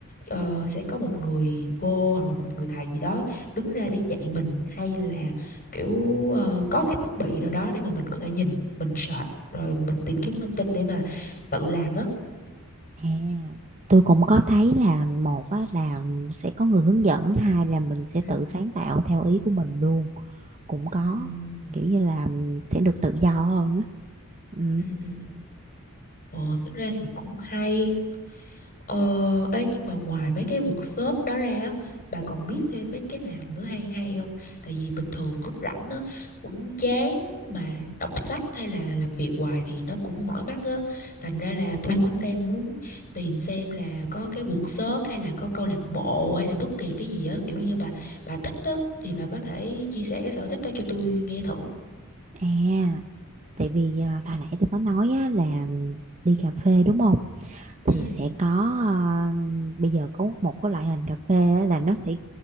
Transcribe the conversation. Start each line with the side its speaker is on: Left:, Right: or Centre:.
Left: ờ, sẽ có một người cô hoặc là một người thầy gì đó đứng ra để dạy mình hay là kiểu ờ, có cái thiết bị nào đó để mà mình có thể nhìn mình search rồi mình tìm kiếm thông tin để mà tự làm á
Right: à tôi cũng có thấy là một á, là sẽ có người hướng dẫn hai là mình sẽ
Left: ừ
Right: tự sáng tạo theo ý của mình luôn cũng có
Left: ừ
Right: kiểu như là sẽ được tự do hơn á ừ.
Left: ừ ừ Ồ, tính ra thì cũng hay. Ờ, ê, nhưng mà ngoài mấy cái workshop đó ra á, bà còn biết thêm mấy cái nào nữa hay hay không? Tại vì bình thường lúc rảnh á, cũng chán mà đọc sách hay là làm việc hoài thì nó cũng mỏi mắt á. Thành ra là tôi cũng đang muốn tìm xem là có cái workshop hay là có câu lạc bộ hay là bất kỳ cái gì á, kiểu như bà bà thích á thì bà có thể chia sẻ cái sở thích đó cho tôi nghe thử.
Right: à tại vì à, hồi nãy tôi có nói á, là đi cà phê đúng không thì
Left: Ừ.
Right: sẽ có à, bây giờ có một cái loại hình cà phê á, là nó sẽ